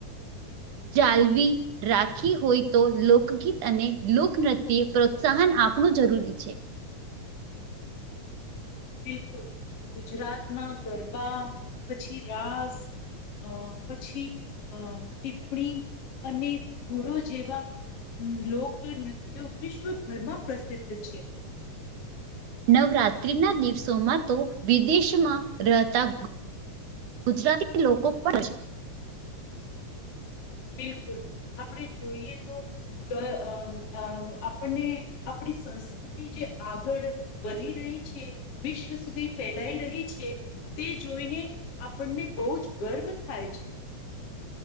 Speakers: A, on the right; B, on the left.
A: જાાલવી રાખી હોય તો લોકગીત અને લોકનૃત્યે પ્રોત્સાહન આપણું જરૂરી છે.
B: બિલકુલ, ગુજરાતના ગરબા પછી રાસ અ પછી અ ટીપ્પણી અને ગુરુ જેવા લોકનૃત્યો વિશ્વભરમાં પ્રસિદ્ધ છે.
A: નવરાત્રીના દિવસોમાં તો વિદેશમાં રહતા ગુજરાતી લોકો પણ <unintelligible>
B: બિલકુલ, આપડે જોઈએ તો ધ અ અ આપણને આપણી સંસ્ જે આગળ વધી રહી છે, વિશ્વ સુધી ફેલાઈ રહી છે. તે જોઈને આપણને બહુ જ ગર્વ થાય છે.